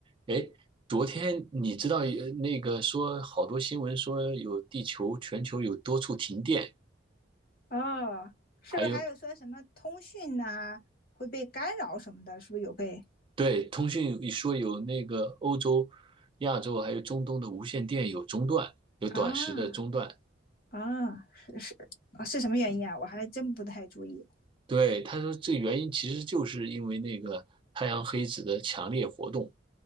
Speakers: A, on the right (about 25°); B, on the left (about 50°).
A: 诶，昨天你知道有那个说好多新闻说有地球全球有多处停电，
B: 哦，是不是还有说什么通讯呐、
A: 还有
B: 会被干扰什么的？是不是有被
A: 对通讯说有那个欧洲、亚洲还有中东的无线电有中断，有短时的中断。
B: 啊啊？是是啊，是什么原因啊？我还真不太注意。
A: 对，他说这原因其实就是因为那个太阳黑子的强烈活动，